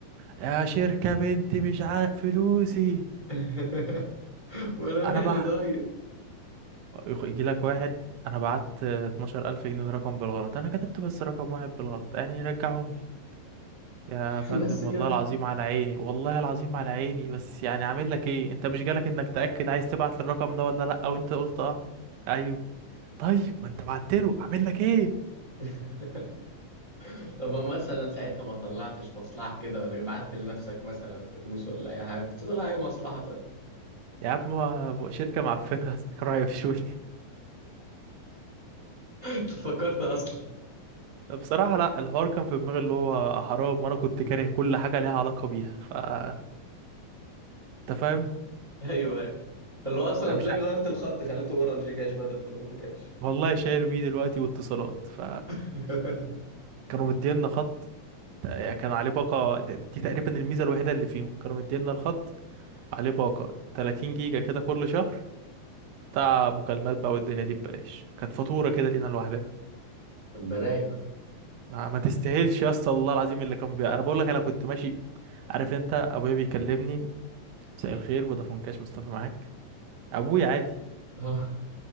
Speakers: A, on the right (about 80°); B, on the right (about 15°).
A: يا شركه بنتي مش عارف فلوسي
B: <laughs> وانا
A: انا
B: مالي
A: بع
B: طيب
A: يخ- يجي لك واحد انا بعت 12000 جنيه ده رقم بالغلط انا كتبت بس رقم واحد بالغلط يعني رجعهم لي يا
B: <laughs>
A: فندم
B: بس كده
A: والله العظيم على عيني والله العظيم على عيني بس يعني عامل لك ايه انت مش جالك انك تاكد عايز تبعت للرقم ده ولا لا او انت قلت اه ايوه طيب ما انت بعت له اعمل لك ايه
B: <laughs> طب ما مثلا ساعتها ما طلعتش مصلحة كده ولا بعت لنفسك مثلا فلوس ولا اي حاجة كنت طلع اي مصلحة طيب
A: يا عم شركه معفنه <laughs> استكراهي
B: <laughs>
A: في شوي
B: انت فكرت اصلا
A: بصراحة لا الحوار كان في دماغي اللي هو حرام وانا كنت كاره كل حاجة ليها علاقة بيها ف انت فاهم
B: ايوه ايوه فاللي هو اصلا
A: انا
B: هتلاقيك
A: مش عارف.
B: غيرت الخط خليته اورنج كاش بدل فودافون كاش
A: والله شايل بيه دلوقتي واتصالات ف
B: <laughs>
A: كانوا مدينا خط يعني كان عليه باقة دي تقريبا الميزة الوحيدة اللي فيهم كانوا مدينا الخط عليه باقة 30 جيجا كده كل شهر بتاع مكالمات بقى والدنيا دي ببلاش كانت فاتورة كده لينا لوحدنا
B: طب ده رايق ده
A: ما, ما تستاهلش يا اسطى الله العظيم اللي كان بيها انا بقول لك انا كنت ماشي عارف انت ابويا بيكلمني مساء الخير فودافون كاش مصطفى معاك ابويا عادي آ-
B: <laughs> آه.